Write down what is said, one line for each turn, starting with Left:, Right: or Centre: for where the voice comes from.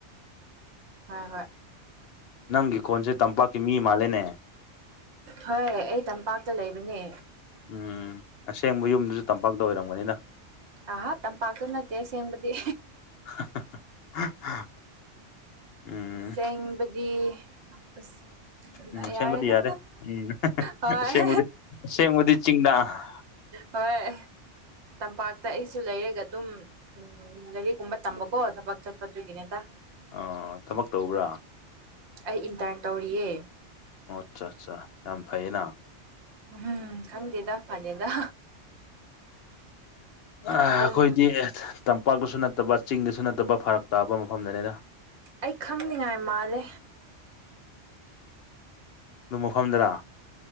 Right: ꯍꯣꯏ ꯍꯣꯏ
Left: ꯅꯪꯒꯤ ꯈꯣꯟꯁꯦ ꯇꯝꯄꯥꯛꯀꯤ ꯃꯤ ꯃꯥꯜꯂꯦꯅꯦ
Right: ꯍꯣꯏ ꯑꯩ ꯇꯝꯄꯥꯛꯇ ꯂꯩꯕꯅꯦ
Left: ꯎꯝ ꯑꯁꯦꯡꯕ ꯌꯨꯝꯗꯨꯁꯨ ꯇꯝꯄꯥꯛꯇ ꯑꯣꯏꯔꯝꯒꯅꯤꯗ
Right: ꯑꯍꯥ ꯇꯝꯄꯥꯛꯇ ꯅꯠꯇꯦ ꯑꯁꯦꯡꯕꯗꯤ
Left: <inaudible> ꯎꯝ
Right: ꯑꯁꯦꯡꯕꯗꯤ ꯑꯁ
Left: ꯎꯝ ꯑꯁꯦꯡꯕꯗꯤ
Right: ꯌꯥꯔꯦꯗ
Left: ꯌꯥꯔꯦ ꯎꯝ
Right: ꯍꯣꯏ
Left: ꯑꯁꯦꯡꯕꯗꯤ ꯑꯁꯦꯡꯕꯗꯤ ꯆꯤꯡꯗ
Right: ꯍꯣꯏ ꯇꯝꯄꯥꯛꯇ ꯑꯩꯁꯨ ꯂꯩꯔꯒ ꯑꯗꯨꯝ ꯎꯝ ꯂꯥꯏꯔꯤꯛꯒꯨꯝꯕ ꯇꯝꯕꯀꯣ ꯊꯕꯛ ꯆꯠꯄꯗꯨꯒꯤꯅꯤꯗ
Left: ꯑꯣ ꯊꯕꯛ ꯇꯧꯕ꯭ꯔꯥ
Right: ꯑꯩ ꯏꯟꯇꯔꯟ ꯇꯧꯔꯤꯌꯦ
Left: ꯑꯣ ꯑꯠꯆꯥ ꯑꯠꯆꯥ ꯌꯥꯝ ꯐꯩꯌꯦꯅ
Right: ꯎꯝ ꯈꯪꯗꯦꯗ ꯐꯥꯅꯦꯗ
Left: ꯑꯥ ꯑꯩꯈꯣꯏꯗꯤ
Right: ꯑꯗꯨꯝ
Left: ꯇꯝꯄꯥꯛꯇꯁꯨ ꯅꯠꯇꯕ ꯆꯤꯡꯗꯁꯨ ꯅꯠꯇꯕ ꯐꯔꯛ ꯇꯥꯕ ꯃꯐꯝꯗꯅꯤꯗ
Right: ꯑꯩ ꯈꯪꯅꯤꯡꯉꯥꯏ ꯃꯥꯜꯂꯦ
Left: ꯑꯗꯨ ꯃꯐꯝꯗꯔ